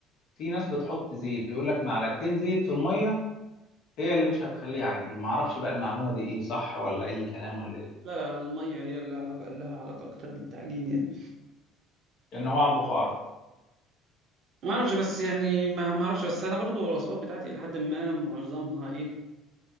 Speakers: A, on the left (about 60°); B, on the right (about 50°).
A: في ناس بتحط زيت بيقول لك معلقتين زيت في الميه هي اللي مش هتخليه يعجن معرفش بقى المعلومه دي ايه صح ولا اي كلام ولا ايه
B: لا لا المية هي اللي علاقة لها علاقة أكتر بالتعجين يعني
A: لان هو على البخار
B: ما أعرفش بس يعني ما ما أعرفش بس أنا برضو الوصفات بتاعتي إلى حد ما معظمها إيه